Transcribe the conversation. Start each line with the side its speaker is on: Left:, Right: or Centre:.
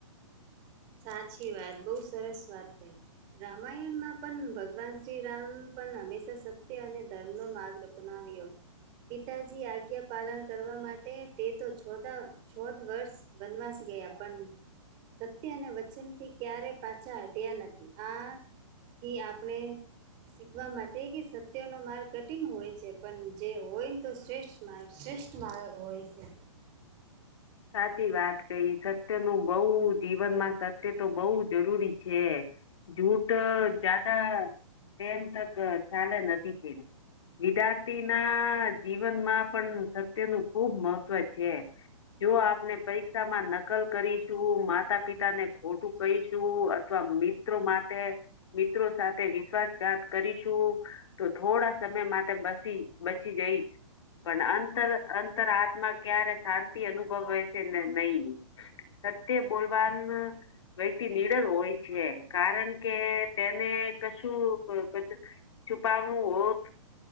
Right: સાચી વાત બહુ સરસ વાત કઈ. રામાયણમાં પણ ભગવાન શ્રીરામ પણ હંમેશા સત્ય અને ધર્મનો માર્ગ બનાવી્યો. પિતાજી આજ્ઞા પાલન કરવા માટે તે તો છોદા છોદ વર્ષ વનવાસ ગયા પણ સત્ય અને વચન થી ક્યારે પાછા હટ્યા નથી આથી આપણે શીખવા માટે કે સત્યોનો માર્ગ કઠિન હોય છે પણ જે હોય ને તો શ્રેષ્ઠ- મા શ્રેષ્ઠ મા હોય છે.
Left: સાચી વાત કહી સત્ય નું બઉ જીવનમાં સત્ય તો બઉુ જરૂરી છે. જૂટ જદા તેમ તક ચાલે નથી પડ. <unintelligible> વિદ્યાર્થી ના જીવનમાં પણ સત્ય નું ખુબ મહત્વ છે. જો આપને પરીક્ષામાં નકલ કરીશું માતા પિતા ને ખોટું કહીશું અથવા મિત્રો માટે મિત્રો સાથે વિશ્વાસઘાત કરીશું તો થોડા સમય માટે બસી બચી ગઈ પણ અંતર અંતર આત્મા ક્યારે શાંતિ અનુભવે છે ને નહી સત્ય બોલવાનું વ્યક્તિ નિડર હોય છે કારણ કે તેને કશું છુપાવનું હોત